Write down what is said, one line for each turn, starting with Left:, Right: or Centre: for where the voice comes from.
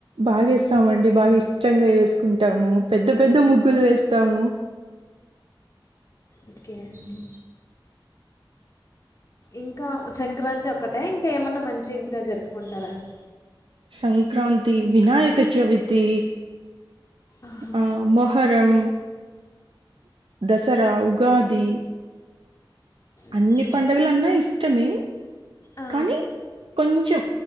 Right: బాగ ఏస్తామండి బాగా ఇష్టంగా వేసుకుంటాము పెద్ద పెద్ద ముగ్గులు వేస్తాము
Left: అకేండి ఇంకా సంక్రాంతి ఒక్కటే ఇంకా ఏమన్నా మంచి ఇంకా జరుపుకుంటారా అండి
Right: సంక్రాంతి వినాయక చవితి
Left: ఆహా!
Right: ఆ మొహర్ దం దసరా ఉగాది అన్ని
Left: ఓకే.
Right: పండుగలన్నా ఇష్టమే
Left: ఆ!
Right: కానీ కొంచెం